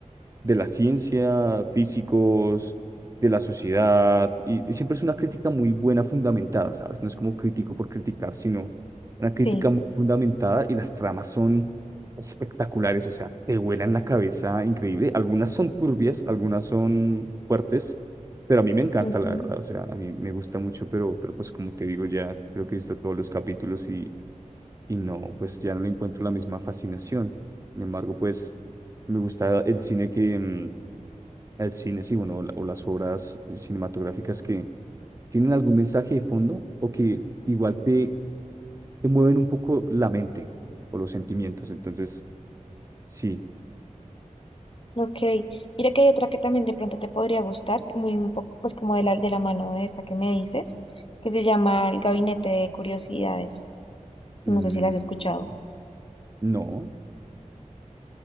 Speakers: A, on the right; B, on the left.
A: de la ciencia, físicos, de la sociedad, y, y siempre es una crítica muy buena, fundamentada, ¿sabes? No es como crítico por criticar, sino una crítica
B: Sí.
A: muy fundamentada y las tramas son espectaculares, o sea, te vuelan la cabeza increíble. Algunas son turbias, algunas son fuertes, pero a mí me encanta,
B: ujú,
A: la verdad, o sea, a mí me gusta mucho, pero, pero pues como te digo, ya creo que he visto todos los capítulos y y no, pues ya no le encuentro la misma fascinación. Sin embargo, pues me gusta el cine que, mm, el cine, sí, bueno, o la- o las obras eh, cinematográficas que tienen algún mensaje de fondo o que igual te, te mueven un poco la mente o los sentimientos. Entonces, sí,
B: Ok. Mira que hay otra que también de pronto te podría gustar, muy un poco, pues como de la, de la mano de esta que me dices, que se llama El Gabinete de Curiosidades.
A: mm,
B: No sé si la has escuchado.
A: no,